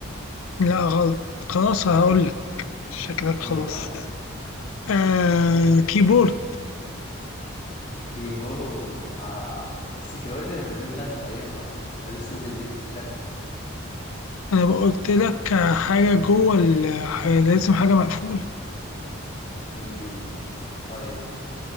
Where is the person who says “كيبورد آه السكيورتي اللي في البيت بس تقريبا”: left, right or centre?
Left